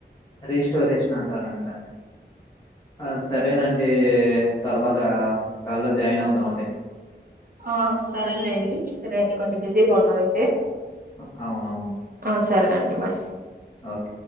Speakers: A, on the left; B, on the right.
A: రిస్టోర్ చేస్నా అంటారండి దాన్ని. ఆహ్ సరేనండి తర్వాత కాల్లో జాయిన్ అవుతామండి.
B: ఆహ్ సరేలేండి సరే అయితే కొంచెం బిజీగా ఉన్నద్.
A: ఆహ్ అవునవును.
B: ఆ సరే అండి బాయ్
A: ఓకే